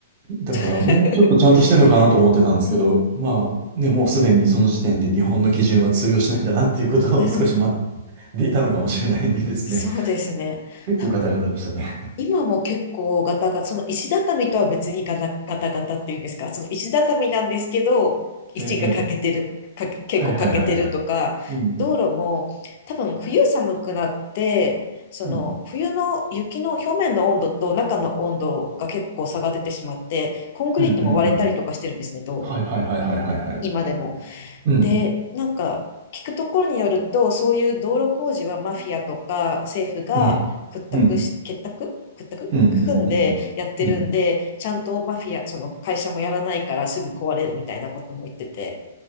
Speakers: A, on the right; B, on the left.
A: だからもうちょっとちゃんとしてるのかなと思ってたんですけど、
B: <laughs> うん。
A: まあね、もうすでにその時点で日本の基準は通用しないんだなっていうことを少し学ん
B: うん。
A: でいたのかもしれないですね。
B: そうですね。
A: <laughs> 結構ガタガタでしたね。
B: なん今も結構ガタガタ、その石畳とは別にガタガタガタっていうんですか、その石畳なんですけど、石が欠けてる、
A: ええ、ええ
B: か結構欠けてるとか、
A: はいはいはいはい。うん、
B: 道路も多分冬寒くなって、その冬の雪の表面の温度と中の温度が結構差が出てしまって、
A: うん、
B: コンクリートも割れたりとかしてるんですね、
A: うん、うん、うん。
B: 道路。
A: はいはいはいはいはいはい。
B: 今でも。
A: うん、
B: で、なんか聞くところによると、そういう道路工事はマフィアとか政府が屈託し、
A: うん、うん、
B: 結託屈託組んでやってるんで、
A: うん、うん、うん、うん。うん
B: ちゃんとマフィア、その会社もやらないからすぐ壊れるみたいなことも言ってて、